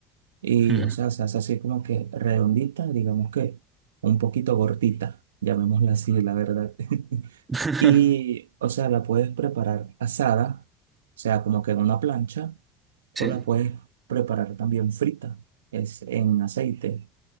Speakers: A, on the right (about 80°); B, on the right (about 20°).
A: Y,
B: Ujú.
A: o sea, se hace así como que redondita, digamos que un poquito gordita, llamémosla así, la verdad. <laughs>
B: <laughs>
A: Y, o sea, la puedes preparar asada, o sea, como que en una plancha,
B: Sí.
A: o la puedes preparar también frita, es en aceite.